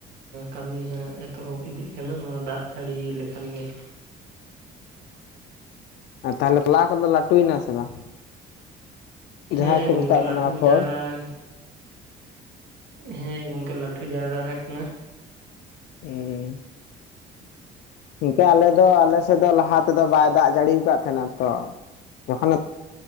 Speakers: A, on the right (about 80°); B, on the left (about 75°).
A: ᱠᱟᱢᱤ ᱦᱟᱸᱜ ᱮᱛᱚᱦᱚᱵ ᱤᱫᱤᱜ ᱠᱟᱱᱟ ᱱᱚᱣᱟ ᱫᱟᱜ ᱡᱟᱲᱤ ᱞᱮᱠᱷᱟᱱ ᱜᱮ᱾
B: ᱟᱨ ᱛᱟᱦᱚᱞᱮ ᱛᱚᱞᱟ ᱠᱚᱫᱚ ᱞᱟᱴᱩᱭᱮᱱᱟ ᱥᱮ ᱵᱟᱝ? ᱡᱟᱦᱟᱸ
A: ᱦᱮᱸ
B: ᱠᱚ
A: ᱜᱚᱝᱠᱮ
B: ᱢᱮᱛᱟᱜ ᱠᱟᱱᱟ
A: ᱞᱟᱹᱴᱷᱩ
B: ᱟᱯᱷᱚᱨ?
A: <unintelligible> ᱦᱮᱸ ᱜᱚᱝᱠᱮ ᱞᱟᱴᱷᱩ ᱡᱟᱣᱨᱟ ᱟᱠᱟᱱᱟ᱾
B: ᱩᱸᱻ᱾ ᱤᱝᱠᱟᱹ ᱟᱞᱮ ᱫᱚ ᱟᱞᱮ ᱥᱮᱫ ᱫᱚ ᱞᱟᱦᱟ ᱛᱮᱫᱚ ᱵᱟᱭ ᱫᱟᱜ ᱡᱟᱲᱤᱣ ᱠᱟᱜ ᱛᱟᱦᱮᱸᱱᱟ ᱛᱚ, ᱡᱚᱠᱷᱚᱱᱮ